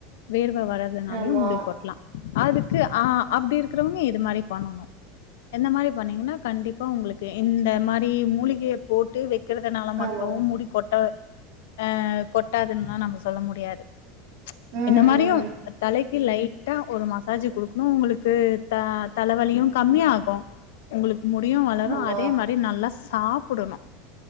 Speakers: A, on the left; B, on the right.
A: வேர்வ வர்றதுனாலயு
B: ஆமா
A: முடிக்கொட்லா அதுக்கு அ அப்டி இருக்கிறவங்க இது மாரியு பண்ணணு எந்த மாரி பண்ணீங்கன்னா கண்டிப்பா உங்களுக்கு இந்த மாரி மூலிகய போட்டு வெ க்கிறதுனால மட்டு
B: ஆமா
A: முடி கொட்ட ஆ கொட்டாதுன்ல்லா நம்ம சொல்ல முடியாது
B: ம்
A: என்ன மாரியு
B: ம்
A: தலைக்கு லைட்ட ஒரு மசாஜ் குடுக்கணு உங்களுக்கு த தலவலியு கம்மியாகு உங்களுக் முடியு வளரு
B: ஆமா
A: அதே மா ரி நல்லா சாப்புடணு